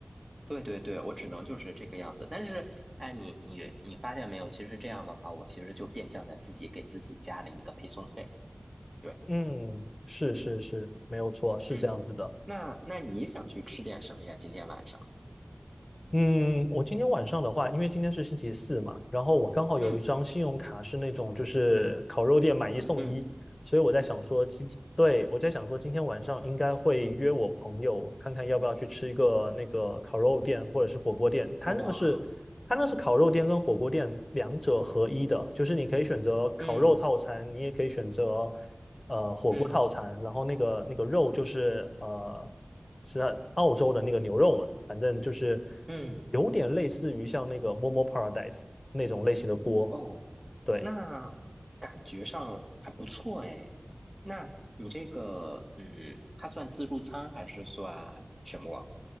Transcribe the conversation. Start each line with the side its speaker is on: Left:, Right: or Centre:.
Right: 对对对，我只能就是这个样子。但是，哎，你你你发现没有？其实这样的话，我其实就变相的自己给自己加了一个配送费。对，
Left: 嗯，是是是，没有错，是这样子的。
Right: 嗯，那那你想去吃点什么呀？今天晚上？
Left: 嗯，我今天晚上的话，因为今天是星期四嘛，然后我刚好有一张信用卡是那种就是烤肉店买一送一，
Right: 嗯。嗯，
Left: 所以我在想说今天，对，我在想说今天晚上应该会约我朋友看看要不要去吃一个那个烤肉店或者是火锅店，它那个是它那是烤肉店跟火锅店两者合一的，
Right: 哇，
Left: 就是你可以选择烤肉套餐，
Right: 嗯
Left: 你也可以选择。呃火锅套餐，
Right: 嗯
Left: 然后那个那个肉就是呃是澳洲的那个牛肉嘛，反正就是
Right: 嗯，
Left: 有点类似于像那个 Momo Paradise 那种类型的锅，
Right: 哦，
Left: 对，
Right: 那感觉上还不错哎。那你这个，嗯，它算自助餐还是算什么啊